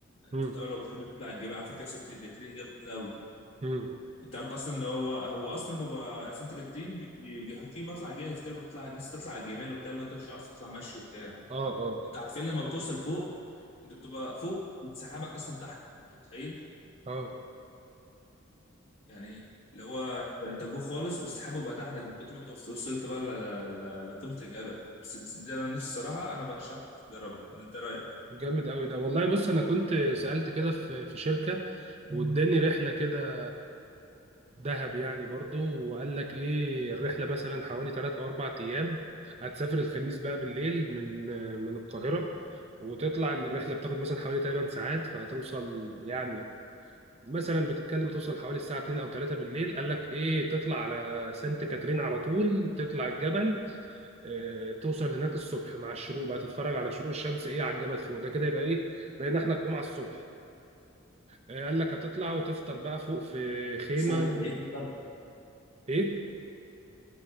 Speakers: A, on the left; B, on the right.
A: انت
B: مم.
A: طبعا لو بتحب تطلع الجبال على فكره سانت كاترين جامد قوي
B: مم.
A: انت عارف اصلا اللي هو هو اصلا بيبقى سانت كاترين بيبقى في مطلع جاهز كده بتطلع الناس تطلع على الجمال وبتاع لو انت مش عايز تطلع مشي وبتاع
B: اه اه
A: انت عارفين لما بتوصل فوق انت بتبقى فوق والسحابه اصلا تحت انت متخيل
B: اه
A: يعني ايه؟ اللي هو انت فوق خالص والسحابه بقى تحتك من كتر ما انت وصلت بقى ل- ل- لقمه الجبل بس دي انا نفسي الصراحه انا برشحك تجربها ولا انت رايك
B: جامد قوي ده والله بص انا كنت سألت كده في في شركة واداني رحلة كده دهب يعني برضو وقال لك ايه الرحلة مثلا حوالي 3 او 4 ايام هتسافر الخميس بقى بالليل من من القاهرة وتطلع الرحلة بتاخد مثلا حوالي 8 ساعات فهتوصل يعني مثلا بتتكلم توصل حوالي الساعة 2 او 3 بالليل قال لك ايه تطلع على سانت كاترين على طول تطلع الجبل آه، توصل هناك الصبح مع الشروق بقى تتفرج على شروق الشمس ايه على الجبل فوق ده كده يبقى ايه بقينا احنا الجمعة الصبح آه، قال لك هتطلع وتفطر بقى فوق في خيمة
A: يا صاحبي
B: و...
A: هي دي الطرش
B: ايه